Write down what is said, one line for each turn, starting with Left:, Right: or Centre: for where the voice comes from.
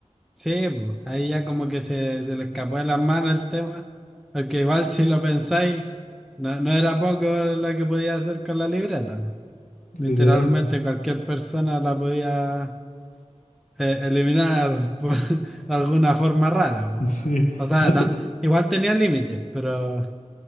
Centre: sí, pues, ahí ya como que se, se le escapó de las manos el tema, porque igual <laughs> si lo pensáis, no, no era poco lo que podía hacer con la libreta, pues. Literalmente
Left: literal, po.
Centre: cualquier persona la podía eh, eliminar por <laughs> alguna forma rara, po.
Left: Sí.
Centre: O sea,
Left: De hecho,
Centre: ta- igual tenía límites, pero